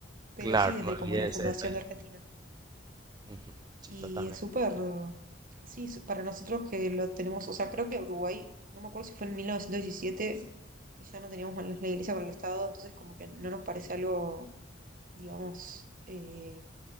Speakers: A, on the right; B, on the right.
A: Pero
B: Claro,
A: sí, desde
B: me olvidé
A: como la
B: de
A: fundación
B: ese detalle.
A: de Argentina.
B: Ujú, Sí,
A: Y
B: totalmente.
A: es súper, sí, es- para nosotros que lo tenemos, o sea, creo que Uruguay, no me acuerdo si fue en 1917 que ya no teníamos más la iglesia para el Estado, entonces como que no nos parece algo, digamos, eh,